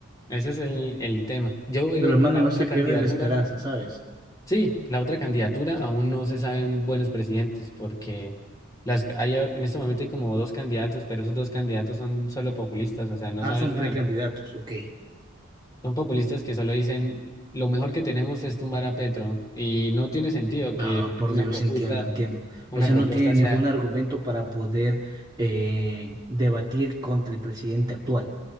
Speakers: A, on the left; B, on the right.
A: ese es el, el tema. Yo, el,
B: Pero
A: ot-
B: hermano,
A: la
B: no
A: otra
B: se
A: candidatura.
B: pierde la esperanza, ¿sabes?
A: Sí, la otra candidatura aún no se saben buenos presidentes porque las hay, a- en este momento hay como dos candidatos, pero esos dos candidatos son solo populistas, o sea, no
B: Ah,
A: saben
B: son
A: nada.
B: precandidatos, ok.
A: Son populistas que solo dicen lo mejor que tenemos es tumbar a Petro y no tiene sentido que
B: Ah, por
A: una
B: Dios,
A: propuesta,
B: entiendo, entiendo.
A: una
B: O sea,
A: propuesta
B: no tiene ningún
A: sea
B: argumento para poder eh, debatir contra el presidente actual.